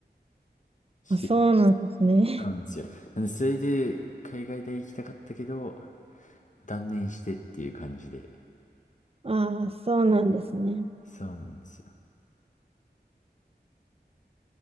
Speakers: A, on the left; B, on the right.
A: して
B: あ、そうなんですね。
A: たんですよ。なんで、それで海外大行きたかったけど、断念してっていう感じで。
B: <laughs> あ、そうなんですね。
A: そうなんですよ。